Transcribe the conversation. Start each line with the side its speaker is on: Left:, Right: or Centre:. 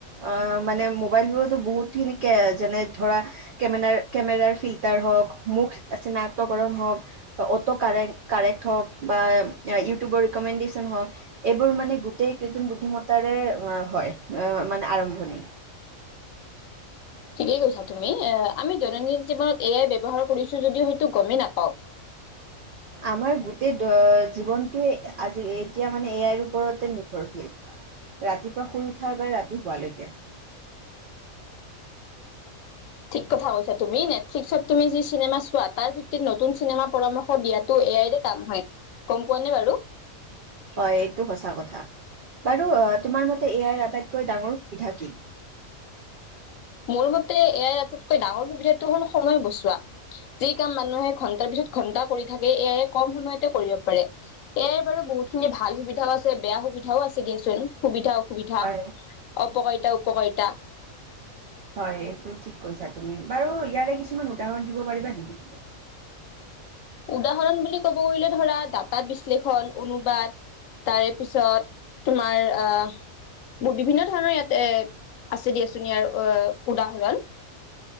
Right: অ', মানে মোবাইলবোৰতো বহুতখিনিকে যেনে ধৰা- কেমেৰাৰ-কেমেৰাৰ ফিল্টাৰ হওঁক, মুখ চিনাক্তকৰণ হওঁক- অটো কাৰেক- কাৰেক্ট হওক, বা ইউটিউবৰ ৰিকমেণ্ডেশচন হওক। এইবোৰ মানে গোটেই কেইদম বুদ্ধিমত্তাৰে হয় মানে আৰম্ভণি।
Left: ঠিকেই কৈছা তুমি এ আমি দৈনন্দিন জীৱনত এয়াই ব্যৱহাৰ কৰিছো যদিও হয়তো গমেই নাপাওঁ।
Right: আমাৰ গোটেই জীৱনটোৱে আজি এতিয়া মানে এয়াৰ ওপৰতে নিৰ্ভৰশীল। ৰাতিপুৱা শুই উঠাৰ বাবে ৰাতি শুৱালৈকে।
Left: ঠিক কথা কৈছা তুমি নেটফ্লিক্সত তুমি যি চিনেমা চোৱা তাৰ ভিত্তিত নতুন চিনেমাৰ পৰামৰ্শ দিয়া টো এ আই ৰে কাম হয়, গম পোৱা নে বাৰু?
Right: হয় এইটো সঁচা কথা। বাৰু অ', তোমাৰ মতে এ আই ৰ আটাইতকৈ ডাঙৰ সুবিধা কি?
Left: মোৰ মতে এ আই ৰ আটাইতকৈ ডাঙৰ সুবিধাটো হ'ল সময় বচোৱা। যি কাম মানুহে ঘন্টাৰ পিছত ঘন্টা কৰি থাকে এ আইয়ে কম সময়তে কৰিব পাৰে। এ আই ৰ বাৰু বহুত খিনি ভাল সুবিধাও আছে বেয়া সুবিধাও আছে দিয়াচোন। সুবিধা- অসুবিধা,
Right: হয়
Left: অপকাৰিতা -উপকাৰিতা।
Right: হয় এইটো ঠিক কৈছা তুমি, বাৰু ইয়াৰে কিছুমান উদাহৰণ দিব পাৰিবা নেকি তুমি?
Left: উদাহৰণ বুলি ক'ব গলে ধৰা তাত তাত বিশ্লেষণ, অনুবাদ, তাৰে পিছত তোমাৰ আহ', - বিভিন্ন ধৰণৰ ইয়াতে এ, আছে দিয়াচোন ইয়াৰ অ', উদাহৰণ।